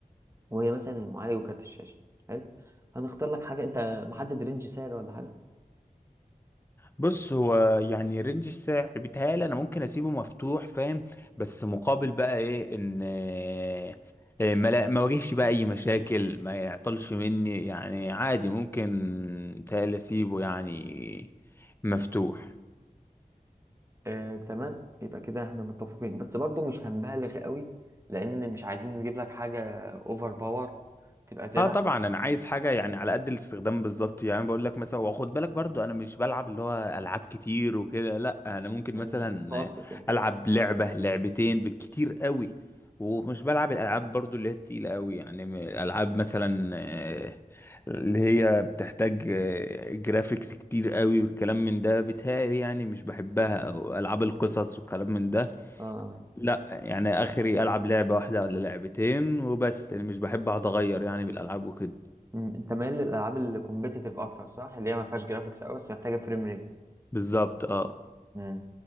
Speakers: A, on the right; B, on the left.
A: وهي مثلا المعالج وكارت الشاشة حلو هنختار لك حاجة انت محدد رينج سعر ولا حاجة
B: بص هو يعني رينج السعر بيتهيألي انا ممكن اسيبه مفتوح فاهم بس مقابل بقى ايه ان آه، آه، ما لا- ما واجهش بقى اي مشاكل ما يعطلش مني يعني عادي ممكن بيتهيألي اسيبه يعني مفتوح
A: آه، تمام يبقى كده احنا متفقين بس برضو مش هنبالغ قوي لأن مش عايزين نجيب لك حاجة أوفر باور تبقى زيادة
B: اه طبعا
A: عن
B: انا عايز حاجه يعني على قد الاستخدام بالظبط يعني بقول لك مثلا واخد بالك برضو انا مش بلعب اللي هو العاب كتير وكده لا انا ممكن مثلا
A: المتوسط يعني
B: العب لعبه لعبتين بالكتير قوي ومش بلعب الالعاب برضو اللي هي التقيله قوي يعني م- العاب مثلا آه، اللي هي بتحتاج آه، جرافيكس كتير قوي والكلام من ده بتهيألي يعني مش بحبها او العاب القصص والكلام من ده
A: اه
B: لا يعني اخري العب لعبه واحده ولا لعبتين وبس يعني مش بحب اقعد اغير يعني بالالعاب وكده
A: مم. انت مايل للالعاب الكومبيتيتيف اكتر صح اللي هي ما فيهاش جرافيكس قوي بس محتاجه فريم ريت
B: بالظبط اه
A: امم